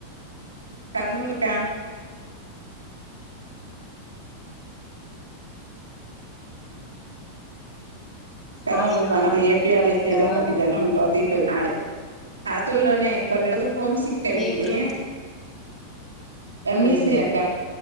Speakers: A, on the right; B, on the left.
A: కర్నూలు క్యాం కర్నూల్
B: హాస్టల్
A: ఎపి ఆర్ జేసి
B: చేసావా
A: సీట్ <unintelligible> ఆడే హాస్టల్లోనే కొన్ని రోజులు హోమ్ సిక్ అయింది
B: ఏ గ్రూప్
A: ఎంఈసి
B: ఉమ్
A: అక్క